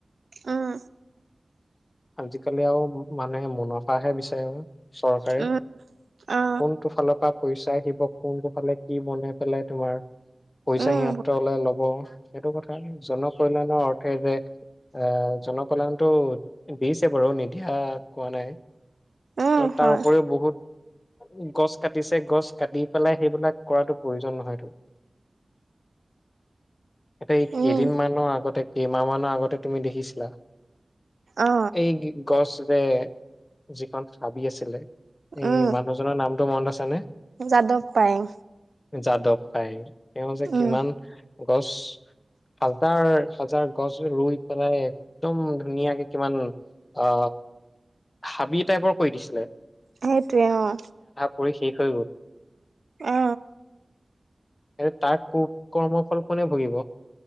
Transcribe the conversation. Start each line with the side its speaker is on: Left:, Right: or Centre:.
Right: উম
Left: আজিকালি আৰু মানে মুনাফাহে বিচাৰে আৰু। চৰকাৰে
Right: উম অ
Left: কোনটো ফালৰ পৰা। পইচা আহিব কোনটো ফালে কি বনাই পেলাই তোমাৰ পইচা
Right: উম
Left: সিহঁতলে লব। এইটো কথা জন কল্যাণৰ অৰ্থে যে। আহ জনকলল্যাণটো দিছে বাৰু নিদিয়া কোৱা নাই।
Right: উম
Left: আৰু
Right: হয়
Left: তাৰ উপৰিও বহুত গছ কাটিছে গছ কাটি পেলাই সেইবিলাক কৰাটো প্ৰয়োজন নহয়টো।। <inaudible> এই
Right: উম
Left: কেইদিন মানৰ আগতে কেইমাহ মানৰ আগতে তুমি দেখিছিলা।
Right: অ
Left: এই গছৰে যিখন হাবি আছিলে। এই
Right: উম
Left: মানুহজনৰ নামটো মনত আছ নে।
Right: যাদৱ পায়েং।
Left: যাদৱ পায়েং তেওঁ যে
Right: উম
Left: কিমান গছ হাজাৰ হাজাৰ গছ ৰুই পেলাই একদম ধুনীয়াকে কিমান অ হাবি টাইপৰ কৰি দিছিলে।
Right: সেইটোৱে অ।
Left: পঢ়ি শেষ হৈ গ'ল।
Right: অ।
Left: এ তাৰ কু কৰ্মফল কোনে ভুগিব।